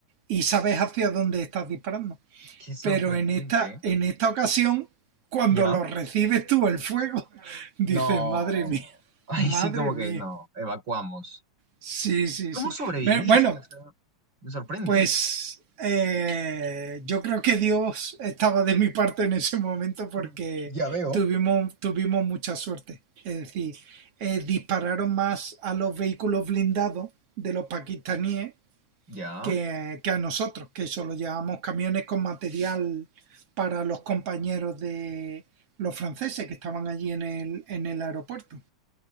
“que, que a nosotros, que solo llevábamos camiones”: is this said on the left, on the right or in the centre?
Right